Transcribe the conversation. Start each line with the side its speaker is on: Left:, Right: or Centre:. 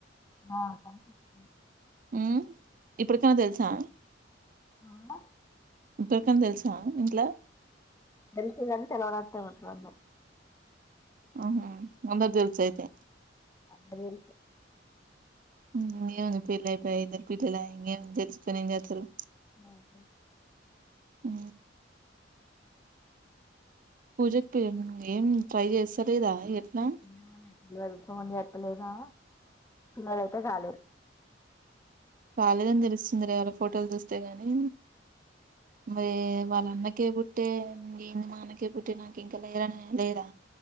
Left: ఆ కలిసొచ్చింది
Right: ఊ ఇప్పుడుకన్నా తెలుసా
Left: ఆ
Right: ఇప్పుడుకన్నా తెలుసా ఇంట్లా
Left: తెలుసు కాని తెలవనట్టే ఉంటరు అందర్
Right: ఊహు అందరిక్ తెలుసు అయితే
Left: అందరిక్ తెలుసు
Right: ఇంగేముంది పెళ్ళైపాయ్ ఇద్దరు పిల్లలు ఆయ్ ఇంగేముంది తెలుసుకొని ఏం జేత్తరు
Left: <inaudible> ఊ
Right: ఊ పూజక్కయ్య ఏం ట్రై జేస్తలేదా ఎట్లా
Left: <unintelligible> చెప్పలేదా నాదైతే కాలేదు
Right: కాలేదని తెలుస్తుంది రే ఆళ ఫోటోలు చూస్తే గాని మరి వాళ్ళ అన్నకి ఎపుడ్ ట్టే ఇంగేంది మనకే పుట్టినాక ఇంక లేరని లేదా